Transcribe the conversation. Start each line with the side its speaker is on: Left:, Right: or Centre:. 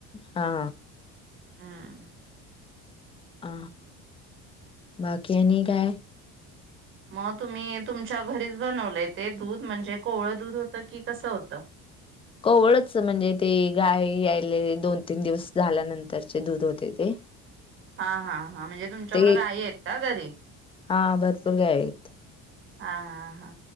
Left: हा
Right: हं.
Left: अ बाकी आणि काय?
Right: मग तुम्ही तुमच्या घरीच बनवलंय ते दूध म्हणजे कोवळं दूध होतं की कसं होतं.
Left: कोवळच म्हणजे ते गाय यायले दोन, तीन दिवस झाल्यानंतरचे दूध होते ते.
Right: हां-हां-हां, म्हणजे तुमच्याकडं
Left: ते
Right: गाई आहेत का घरी?
Left: हा भरपूर गाय आहेत.
Right: हां-हां-हां